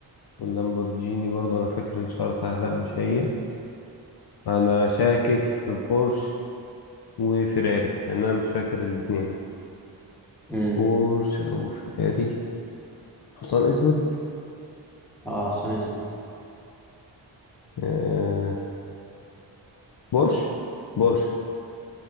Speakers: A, on the left (about 55°); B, in the centre.
A: واللامبورجيني برضه انا فاكر الاشاره بتاعها لا مش هي انا شاكك في بورش وفيراري لان انا مش فاكر الاتنين
B: امم
A: بورش او فيراري حصان اسود
B: اه حصان اسود
A: آه بورش بورش